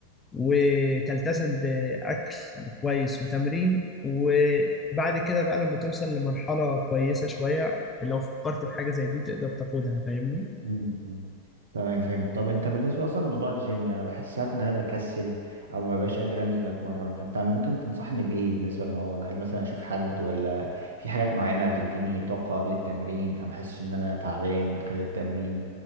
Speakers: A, on the left; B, on the right.
A: وتلتزم بأكل كويس وتمرين وبعد كده بقى لما توصل لمرحلة كويسة شوية لو فكرت في حاجة زي دي تقدر تاخدها فاهمني
B: مم. تمام فهمت طب انت بالنسبه اصلا لموضوع الجيم انا بحس ساعات ان انا بكسل او ما ببقاش قادر انزل اتمرن فانت ممكن تنصحني بايه بالنسبه للموضوع ده هل مثلا اشوف حد ولا في حاجات معينه تديني طاقه قبل التمرين فما احسش ان انا تعبان خلال التمرين